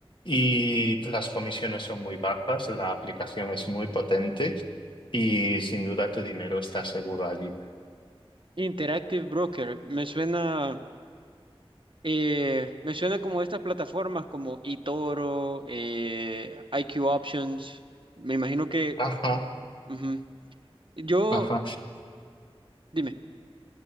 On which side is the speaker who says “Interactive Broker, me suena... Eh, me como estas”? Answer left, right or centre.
Right